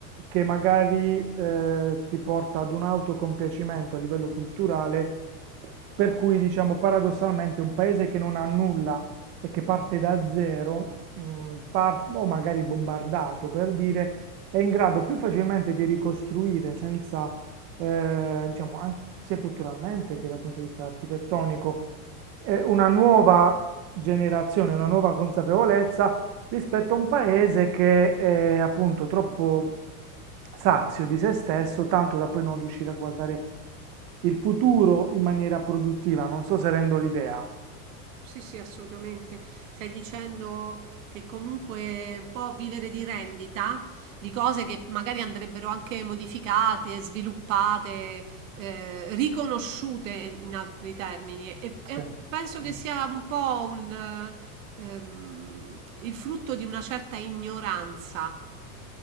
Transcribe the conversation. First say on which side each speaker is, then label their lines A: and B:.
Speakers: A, on the right; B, on the right.
A: che magari eh, ti porta ad un autocompiacimento a livello culturale, per cui, diciamo, paradossalmente un paese che non ha nulla e che parte da zero, mm, par- o magari bombardato per dire, è in grado più facilmente di ricostruire senza, eh, diciamo, an- sia culturalmente che dal punto di vista architettonico eh, una nuova generazione, una nuova consapevolezza rispetto a un paese che è appunto troppo sazio di se stesso, tanto da poi non riuscire a guardare il futuro in maniera produttiva. Non so se rendo l'idea.
B: sì, sì, assolutamente. Stai dicendo che comunque un po' vivere di rendita di cose che magari andrebbero anche modificate, sviluppate, eh, riconosciute in altri termini. E, e
A: Sì,
B: penso che sia un po' un, eh, ehm, il frutto di una certa ignoranza.